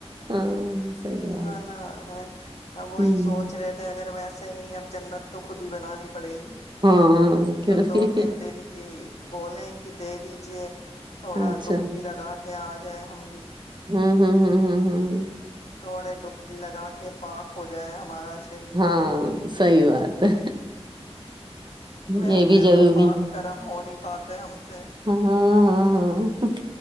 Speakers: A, on the right; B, on the left.
A: ہاں صحیح
B: یہی
A: بات
B: والا ہے اب وہی
A: ہوں
B: سوچ رہے تھے اگر ویسے نہیں اب جنت تو خود ہی بنانی پڑے گی
A: ہاں کیوں
B: تو دو
A: نہیں
B: تین دن کی بولیں کہ دے دیجیے تھوڑا
A: اچھا
B: ڈبکی لگا کہ آ جائیں ہم بھی
A: ہاں ہاں ہاں ہاں ہاں ہ <unintelligible>
B: تھوڑے ڈبکی لگا کے پاک ہو جائے ہمارا شریر
A: ہاں سی بات ہے
B: ویسے
A: یہ بھی ضروری
B: تو پاک
A: ہے
B: کرم ہو نہیں پاتے ہم سے
A: ہ ہاں ہاں ہاں